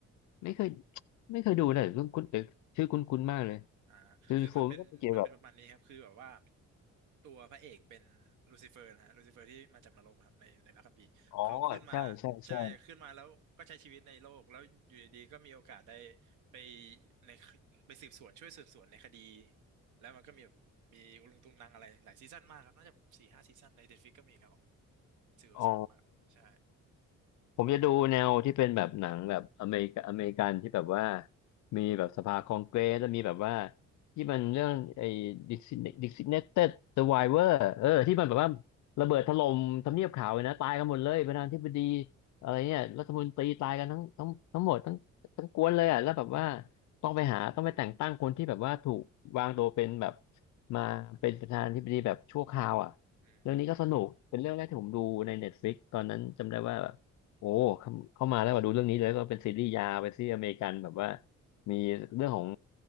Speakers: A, on the left (about 70°); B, on the right (about 80°).
A: ไม่เคยไม่เคยดูเลยคุณคุณเออชื่อคุ้นๆมากเลย
B: อ่าคือมันเป็นมันเป็นประมาณนี้ครับคือแบบว่า
A: คือโคมก็เป็นเกี่ยวกับ
B: ตัวพระเอกเป็นลูซิเฟอร์นะฮะลูซิเฟอร์ที่มาจากนรกครับในในพระคัมภีร์เขาขึ้นมา
A: อ๋อใช่ใช่ใช่
B: ใช่ขึ้นมาแล้วก็ใช้ชีวิตในโลกแล้วอยู่ดีๆก็มีโอกาสได้ไปในไปสืบสวนช่วยสืบสวนในคดีแล้วมันก็มีแบบมีอุลุงตุงนังอะไรหลายซีซั่นมากครับน่าจะสี่ห้าซีซั่นในเด็ดฟิกก็มีครับผมถือว่าสนุกมากใช่
A: อ๋อ ผมจะดูแนวที่เป็นแบบหนังแบบอเมริกาอเมริกันที่แบบว่ามีแบบสภาคองเกรสแล้วมีแบบว่าที่มันเรื่องไอ้ดิสิดิสิเนเต็ดเซอร์ไวเวอร์เออที่มันแบบว่าระเบิดถล่มทำเนียบขาวเลยนะตายกันหมดเลยประธานาธิบดีอะไรเนี่ยรัฐมนตรีตายกันทั้งทั้งทั้งหมดทั้งทั้งกวนเลยอ่ะแล้วแบบว่าต้องไปหาต้องไปแต่งตั้งคนที่แบบว่าถูกวางตัวเป็นแบบมาเป็นประธานาธิบดีแบบชั่วคราวอ่ะ
B: อืม
A: เรื่องนี้ก็สนุกเป็นเรื่องแรกที่ผมดูใน Netflix ตอนนั้นจำได้ว่า โอ้เข้าเข้ามาแล้วมาดูเรื่องนี้เลยก็เป็นซีรีส์ยาวเป็นซีรีส์อเมริกันแบบว่ามีเรื่องของ